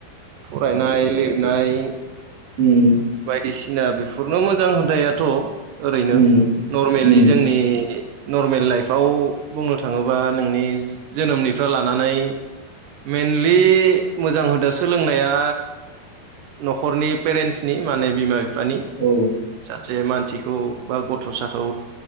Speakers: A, on the right (about 80°); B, on the right (about 40°).
A: फरायनाय लिरनाय
B: उम।
A: बायदिसिना बेफोरनो मोजां हुदायाथ' ओरैनो
B: उम
A: नरमेलि
B: उम
A: जोंनि नर्मेल लाइफआव बुंनो थाङोबा नोंनि जोनोमनिफ्रा लानानै मेनलि मोजां हुदा सोलोंनाया न'खरनि पेरेन्टस नि माने बिमा बिफानि
B: औ।
A: सासे मानसिखौ बा गथ'साखौ